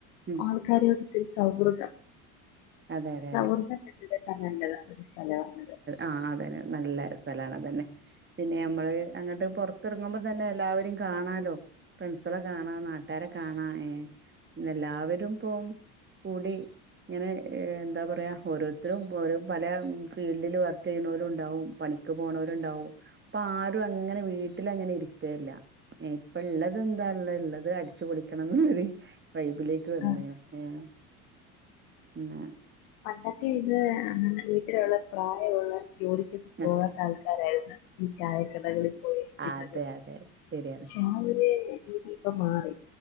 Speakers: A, on the right; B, on the left.
A: ഉം
B: ആൾ ആൾക്കാരുവായിട്ടിത്തിരി സൗഹൃദം
A: അതെ അതെ
B: സൗഹൃദ
A: അതെ
B: പങ്കിടാ കണണ്ടതാ ഒരു സ്ഥലമാണ്ത്
A: ആഹ്‌ അതന്നെ നല്ല സ്ഥലാണ് അതന്നെ പിന്നെ അമ്മള് അങ്ങട്ട് പോർത്തർങ്ങുമ്പതന്നെ എല്ലാവരിം കാണാലോ ഫ്രൺസൊളെ കാണാ നാട്ടാരെ കാണാ ഏഹ്‌ പിന്നല്ലാവരും പോം കൂടി ങ്ങനെ എന്താ പറയാ ഓരോര്ത്തരും ഒരോ പലാം ഫീൽഡില് വർക്കെയ്ണോലുണ്ടാവും പണിക്ക് പോണോര്ണ്ടാവും പ്പാരു അങ്ങനെ വീട്ടില അങ്ങനെ ഇര്ക്കേല്ല എഹ് പ്പള്ളത് ന്താള്ളെ ള്ളത് അടിച്ച് പൊളിക്കണംന്ന്ള്ളര് വൈബിലേക്ക് വന്നീണ്
B: ആഹ്
A: ഏഹ്‌ ന്നാ
B: പണ്ടൊക്കെ ഇത് വീട്ടിലുള്ള പ്രായോള്ള ജോലിക്കൊക്ക പോകാത്ത
A: ആ
B: ആൾക്കാരായിര്ന്ന് ഈ ചായക്കടകളിപോയിരിക്കുന്നത്
A: ആ അതെ അതെ ശരിയാണ്
B: ഷെ ആഹ് ഒരേ രീതി ഈപ്പ മാറി